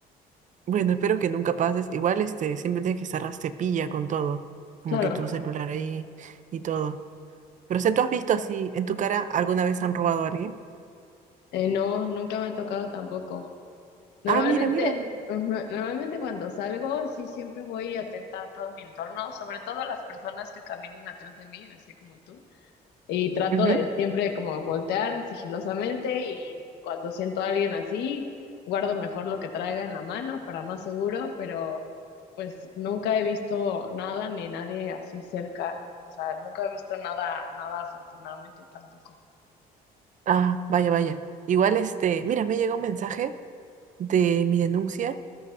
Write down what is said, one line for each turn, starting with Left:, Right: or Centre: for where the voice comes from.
Right: Bueno, espero que nunca pases. Igual, este, siempre tienes que estar cepilla con todo, como
Left: claro.
Right: que tu celular ahí y todo. Pero, o sea, ¿tú has visto así en tu cara alguna vez han robado a alguien?
Left: Eh, no, nunca me ha tocado tampoco. Normalmente,
Right: Ah, mira, mira, mira.
Left: ujú, normalmente cuando salgo, sí siempre voy atenta a todo mi entorno, sobre todo a las personas que caminan atrás de mí, así como tú. Y trato
Right: Ujú.
Left: de siempre como voltear sigilosamente y cuando siento a alguien así, guardo mejor lo que traiga en la mano para más seguro, pero pues nunca he visto nada ni nadie así cerca. O sea, nunca he visto nada, nada afortunadamente tampoco.
Right: Ah, vaya, vaya. Igual, este, mira, me llegó un mensaje de mi denuncia.